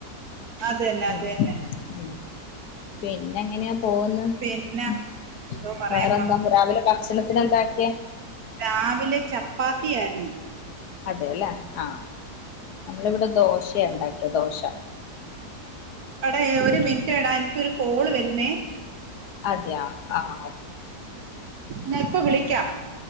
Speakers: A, on the right; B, on the left.
A: അതെന്നതെന്നെ
B: ഉം ഉം പിന്നെ ങ്ങന്യാ പോവുന്ന്?
A: പിന്നെ
B: ഉം
A: എന്തോ പറയാൻ
B: വേറെന്താ
A: വന്നു
B: രാവിലെ ഭക്ഷണത്തിനെന്താക്ക്യേ?
A: രാവിലെ ചപ്പാത്തിയാര്ന്ന്.
B: അതെല്ലേ ആഹ് നമ്മള് വ്ടെ ദോശണ്ടാക്ക്യേ ദോശ
A: എടാ ഒരു മിൻറ്റെടാ ഇൻക്കൊര് കോൾ വെര്ന്നേ.
B: അതെ യാ ആഹ്
A: ഞാ ഇപ്പ വിളിക്കാ